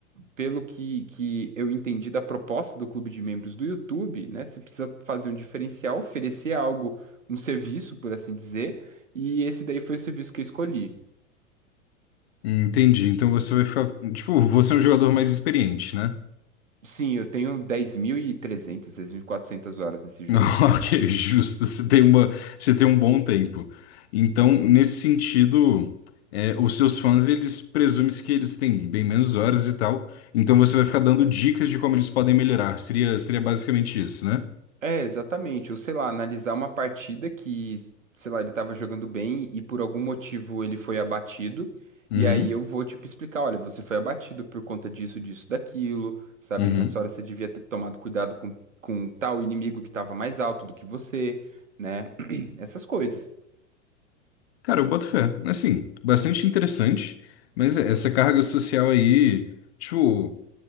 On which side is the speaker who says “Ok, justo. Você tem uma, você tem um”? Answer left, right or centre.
Left